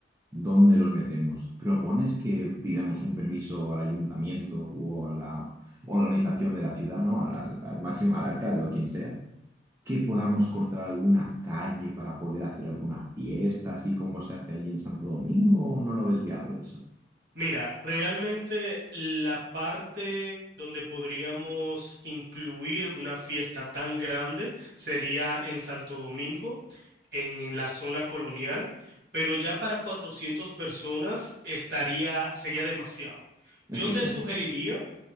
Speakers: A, on the right; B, on the right.
A: ¿Dónde los metemos? ¿Propones que pidamos un permiso al ayuntamiento o a la organización de la ciudad, ¿no? Al, al- al máximo, al alcalde o quien sea, que podamos cortar alguna calle para poder hacer alguna fiesta, así como se hace allí en Santo Domingo, o no lo ves viable eso?
B: Mira, realmente la parte donde podríamos incluir una fiesta tan grande sería en Santo Domingo, en la zona colonial, pero ya para 400 personas estaría, sería demasiado. Yo
A: Es que
B: te
A: sé.
B: sugeriría